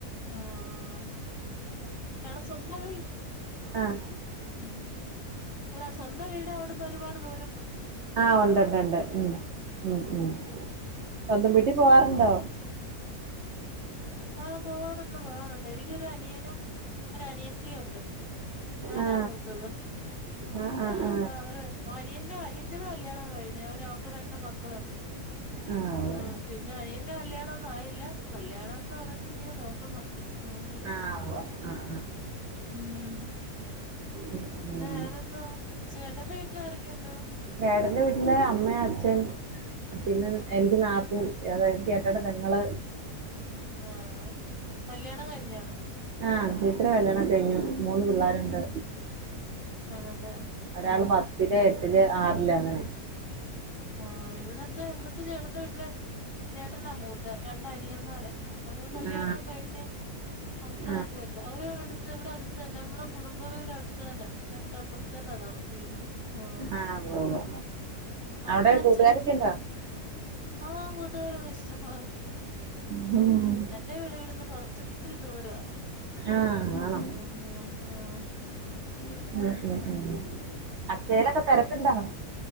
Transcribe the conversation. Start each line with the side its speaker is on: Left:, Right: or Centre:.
Left: ആഹ് ഇയാള് സ്വന്തം വീ
Right: ആഹ്
Left: ഉം അല്ല സ്വന്തം വീട് അവിടന്ന് ഒരുപാട് ദൂരം പോ
Right: ആഹ് ഉണ്ട് ണ്ട് ണ്ട് ഉം ഉം ഉം സ്വന്തം
Left: അതെ
Right: വീട്ടി പോവാറുണ്ടോ
Left: ഉം ആഹ് പോവാറുണ്ട് പോവാറുണ്ട് എനിക്കൊരു അനിയനും ഒരനിയത്തിയുണ്ട് ഞാനാ
Right: ആ
Left: മൂത്തത്
Right: ആ ആ
Left: ആഹ്
Right: ആ
Left: അപ്പൊ അവര് അനിയന്റെ അനിയത്തിടെ കല്യാണം കഴിഞ്ഞ് അവര് അവൾക്ക് രണ്ട് മക്കളുണ്ട്
Right: ആ ഉവ്വ്. ആ ഉവ്വ്.
Left: ആഹ് പിന്നെ അനിയന്റെ കല്യാണം ഒന്നും ആയില്ല കല്യാ പറയുമ്പോ ഇങ്ങനെ നോക്കുന്നുണ്ട് ഉം
Right: ആ ആ ആ
Left: മ്
Right: ഉം
Left: പിന്നെ
Right: ഉം
Left: വേറെന്താ ചേട്ടന്റെ വീട്ടിൽ ആരൊക്കെയുണ്ട്
Right: ചേട്ടന്റെ വീട്ടില് അമ്മ അച്ഛൻ പിന്നെ എനിക്ക് നാത്തൂൻ അതായത് ചേട്ടായിടെ പെങ്ങള്
Left: ആഹ് കല്യാണം കഴിഞ്ഞാണോ
Right: ആഹ് ചേച്ചിടെ കല്യാണം ഒക്കെ കഴിഞ്ഞു മൂന്ന് പിള്ളാരുണ്ട്
Left: ഉം ആണല്ലേ
Right: ഒരാള്
Left: ആഹ്
Right: പത്തില് എട്ടില് ആറില് അങ്ങനെ
Left: ആഹ് ഇവിടെത്തെ ഇവിടത്തെ ചേട്ടന്റെ വീട്ടില് ചേട്ടനാ മൂത്തത് രണ്ടനിയന്മാര അവരുടെ കല്യാണം
Right: ആ
Left: ഒക്കെ കഴിഞ്ഞ് മക്കളൊക്കെ
Right: ആ
Left: ഉണ്ട് അവരു അടുത്ത് ഇവിടെ അടുത്ത് തന്നെ നമ്മുടെ കുടുംബവീട് അടുത്ത് ടുത്തന്നെ തോട്ടപ്പുറത്തുന്നെ താമസിക്കുന്നേ ആഹ്
Right: അഹ് ഉവ്വ വ്വ അവിടെ
Left: അമ്മയും അച്ഛനും
Right: കൂട്ടുകാരക്കെ ഇണ്ട
Left: ആഹ് കൂട്ടുകാരൊക്കെ ഇഷ്ടംപോലെ
Right: ഉം
Left: എന്റെ വീട് ഇവിടുന്ന് കൊറച്ച് ഇത്തിരി ദൂരവാ
Right: ആ
Left: ഉം
Right: ആണോ
Left: ഉം അഹ് ആഹ്
Right: ഉം ഉം ഉം അക്ഷയയിലൊക്കെ തെരക്കിണ്ടോ